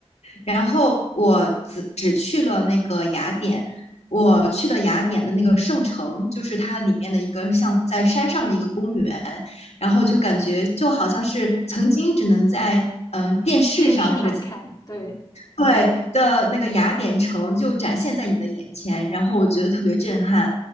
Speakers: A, on the left; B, on the left.
A: 然后我只只去了那个雅典，我去了雅典的那个圣城，就是它里面的一个像在山上的一个公园，然后就感觉就好像是曾经只能在嗯、呃电视上或者在
B: 电视上看，对，
A: 对的那个雅典城就展现在你的眼前，然后我觉得特别震撼。